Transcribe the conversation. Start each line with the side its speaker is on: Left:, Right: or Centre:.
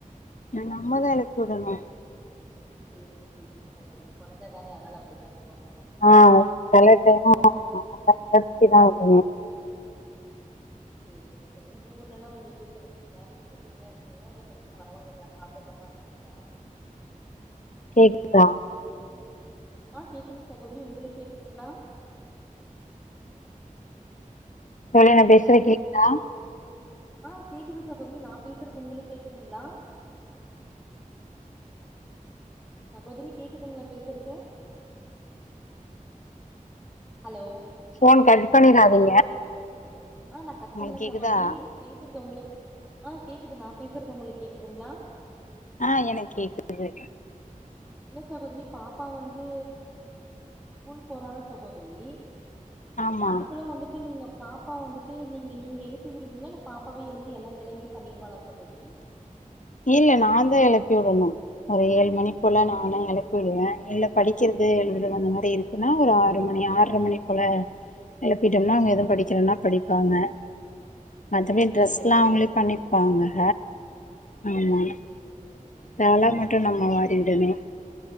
Left: எங்க அம்மாதா எழுப்பி வுடணு
Centre: சேரிங்க சேரிங்க சகோதரி கொழந்தை தானே அதனால அப்டிதா இருக்கு
Left: ஆ காலை டைமா நம்ம தா எழுப்பிதா வுடணு
Centre: சேரிங்க சகோ உங்கஊர்லல்லா வந்து எப்டி சகோதரி இன் நேரத்துக்கு வெக்கையா இருக்குங்ளா இல்ல கொஞ்சோ பரவால்லைங்ளா காத்தோட்டமா இருக்குங்ளா
Left: கேக்குதா
Centre: ஆ கேக்குது சகோதரி உங்குளுக்கு கேக்குதுங்ளா
Left: தோழி நா பேசுறது கேக்குதா
Centre: ஆ கேக்குது சகோதரி நா பேசுறது உங்குளுக்கு கேக்குதுங்ளா சகோதரி கேக்குதுங்களா பேசுறது ஹலோ
Left: ஃபோன் கட் பண்ணிராதீங்க
Centre: ஆ நா கட்
Left: உங்களுக்கு
Centre: பண்ணல
Left: கேக்குதா
Centre: சகோதரி பேசுறது உங்களுக்கு ஆ கேக்குது நா பேசுறது உங்களுக்கு கேக்குதுங்களா
Left: ஆ எனக்கு கேக்குது
Centre: இல்ல சகோதரி பாப்பா வந்து ஸ்கூல் போறால சகோதரி
Left: ஆமா
Centre: அதுக்குள்ள வந்துட்டு நீங்க பாப்பா வந்துட்டு நீங்க நீங்க எழுப்பி விடுவீங்கலா இல்ல பாப்பாவே எழுந்து எல்லா வேலையுமே பண்ணிருவாளா சகோதரி
Left: இல்ல நா தா எழப்பி விடணும் ஒரு ஏழு மணி போல
Centre: ஓ
Left: நானா எழு ப்பி விடுவே இல்ல படிக்கிறது எழுதுறது அந்த மாரி இருக்குன்னா ஒரு ஆறு மணி ஆற்ர மணி போல எழுப்பிட்டோம்னா அவங்க எதுவும் படிக்கிறதுனா படிப்பாங்க மத்தபடி
Centre: ஓ சேரிங்க
Left: ட்ரெஸ்ல்லா
Centre: சேரிங்க
Left: அவங்களே
Centre: சகோதரி
Left: பண்ணிப்பாங்க ஆமா
Centre: சேரிங்க சேரிங்க சகோதரி
Left: தல மட்டும் நம்ம வாரிவிடணும்